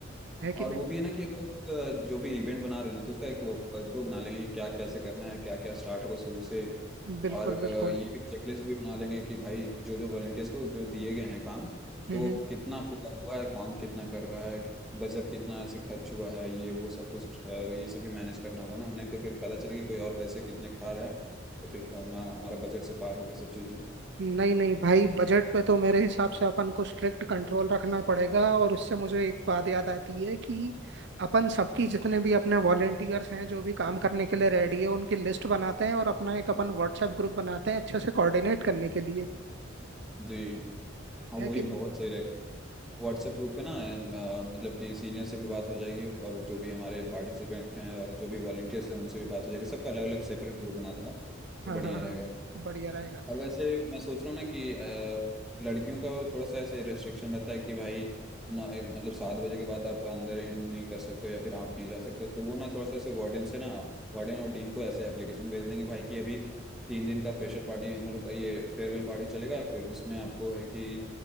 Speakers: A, on the right; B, in the centre.
A: है कि
B: और
A: नहीं
B: वो भी है ना कि हम लोग, अ, जो भी इवेंट बना रहे हैं ना तो उसका एक वर्कफ्लो बना लेंगे कि क्या कैसे करना है क्या क्या स्टार्ट होगा शुरू से
A: बिल्कुल
B: और अ,
A: बिल्कुल
B: ये भी चेकलिस्ट भी बना लेंगे कि भाई जो जो वॉलंटियर्स को जो दिए गए हैं काम
A: हम्म
B: तो वो
A: हम्म
B: कितना पूरा हुआ है कौन कितना कर रहा है बजट कितना ऐसे खर्च हुआ है ये वो सब कुछ अ, ये सब भी मैनेज करना होगा ना नहीं तो फिर पता चले कि कोई और पैसे कितने खा रहा है और फिर हमारा हमारा बजट से पार हो गए सब चीज़ें
A: नहीं नहीं भाई बजट पे तो मेरे हिसाब से अपन को स्ट्रिक्ट कंट्रोल रखना पड़ेगा और उससे मुझे एक बात याद आती है कि अपन सबकी जितने भी अपने वॉलेंटियर्स हैं जो भी काम करने के लिए रेडी है उनकी लिस्ट बनाते हैं और अपना एक अपन व्हाट्सएप ग्रुप बनाते हैं अच्छे से कोऑर्डिनेट करने के लिए
B: जी हाँ
A: है
B: वही
A: कि नहीं
B: बहुत सही रहेगा। व्हाट्सएप ग्रुप पे ना अ, मतलब कि सीनियर से भी बात हो जाएगी और जो भी हमारे पार्टिसिपेंट हैं और जो भी वॉलंटियर्स हैं उनसे भी बात हो जाएगी सबका अलग अलग सेपरेट ग्रुप बना दूंगा तो
A: हाँ
B: बढ़िया
A: हाँ
B: रहेगा
A: हाँ बढ़िया रहेगा
B: और वैसे मैं सोच रहा हूँ ना कि अ, लड़कियों का थोड़ा सा ऐसे रेस्ट्रिक्शन रहता है कि भाई ना ए, मतलब सात बजे के बाद आप अंदर इन नहीं कर सकते हो या फिर आप नहीं जा सकते हो तो वो ना थोड़ा सा ऐसे वार्डन से ना वार्डन और डीन को ऐसे एप्लीकेशन भेज देंगे भाई कि अभी तीन दिन का फ्रेशर पार्टी हम लोग का ये फेयरवेल पार्टी चलेगा फिर उसमें आपको है कि